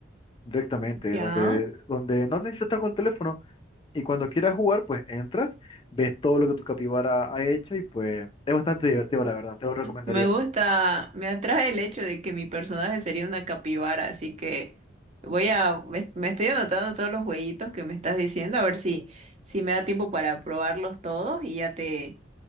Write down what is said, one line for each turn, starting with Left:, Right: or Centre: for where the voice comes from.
Left: Directamente,
Right: ya.
Left: donde, donde no necesitas estar con el teléfono y cuando quieras jugar, pues entras, ves todo lo que tu capibara ha hecho y pues es bastante divertido, la verdad, te lo recomendaría.
Right: Me gusta, me atrae el hecho de que mi personaje sería una capibara, así que voy a, me, me estoy anotando todos los jueguitos que me estás diciendo, a ver si, si me da tiempo para probarlos todos y ya te,